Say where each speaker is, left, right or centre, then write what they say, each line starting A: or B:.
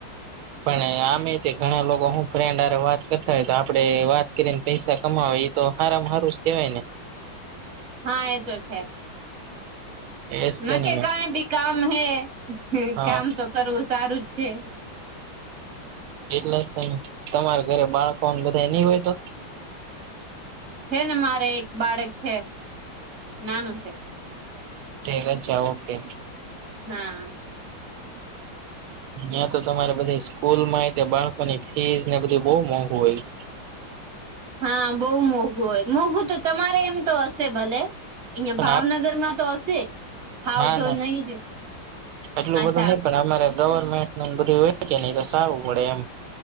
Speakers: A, on the right; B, on the right.
A: પણ આમે તે ઘણા લોકો હું ફ્રેન્ડ હારે વાત કરતા હોય તો આપડે વાત કરિને પૈસા કમાવા એ તો હારામાં હારું જ કેવાય ને.
B: હા એ તો છે.
A: એજ
B: ના
A: તેને
B: કે
A: મે
B: કાઈ બી કામ હે
A: હા
B: કામ તો કરવું સારું જ છે.
A: એટલે જ તમે તમારા ઘરે બાળકોને બધા નહી હોય તો?
B: છે ને મારે એક બાળક છે નાનું છે.
A: ઠીક અચ્છા ઓકે.
B: હા
A: નયા તો તમારે બધી સ્કૂલ માં હોય બાળકોની ફીસ ને બધુંય બહુ મોંઘુ હોય
B: હા બહુ મોઘું હોય મોંઘું તો તમારે એમ તો હશે ભલે. અહીંય
A: પણ
B: ભાવનગરમાં તો હશે ભાવ
A: ના
B: તો
A: ના
B: નહી જ
A: એટલું
B: અચ્છા
A: બધું નહી પણ અમારે ગવર્મેન્ટ ને બધું હોય કે નહી તો સારું પડે એમ